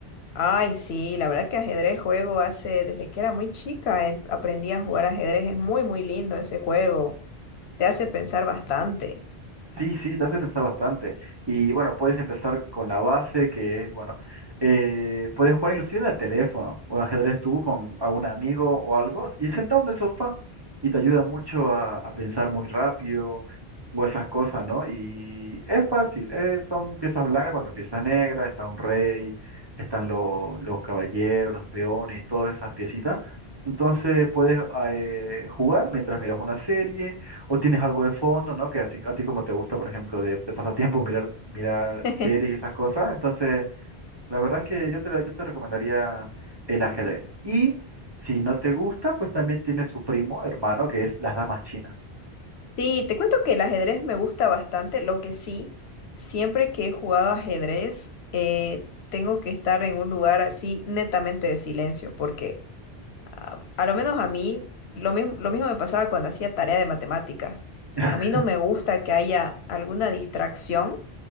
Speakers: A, on the left (about 75°); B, on the right (about 25°).
A: Ay, sí, la verdad que ajedrez juego hace, desde que era muy chica, em- aprendí a jugar ajedrez. Es muy, muy lindo ese juego. Te hace pensar bastante.
B: Sí, sí, te hace pensar bastante. Y bueno, puedes empezar con la base, que es, bueno, eh, puedes jugar inclusive en el teléfono o ajedrez tú con algún amigo o algo, y sentado en el sofá, y te ayuda mucho a, a pensar muy rápido o esas cosas, ¿no? Y es fácil, eh, son piezas blancas contra piezas negras, está un rey, están lo- los caballeros, los peones, todas esas piecitas. Entonces puedes ah, eh, jugar mientras miras una serie o tienes algo de fondo, ¿no? Que así, a ti como te gusta, por ejemplo, de, de pasatiempo, mirar, mirar
A: <laughs>
B: series y esas cosas. Entonces, la verdad es que yo te, yo te recomendaría el ajedrez. Y si no te gusta, pues también tiene su primo, hermano, que es las damas chinas.
A: Sí, te cuento que el ajedrez me gusta bastante, lo que sí, siempre que he jugado ajedrez, eh, tengo que estar en un lugar así netamente de silencio, porque a, a lo menos a mí, lo mismo, lo mismo me pasaba cuando hacía tarea de matemática.
B: <laughs>
A: A mí no me gusta que haya alguna distracción